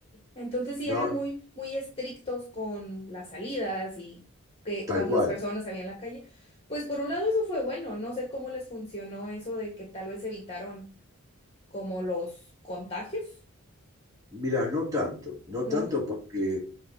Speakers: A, on the left; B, on the right.
A: Entonces sí
B: No,
A: eran muy, muy estrictos con las salidas y que,
B: tal
A: cuántas
B: cual.
A: personas había en la calle. Pues por un lado eso fue bueno, no sé cómo les funcionó eso de que tal vez evitaron como los contagios.
B: Mira, no tanto, no
A: No,
B: tanto porque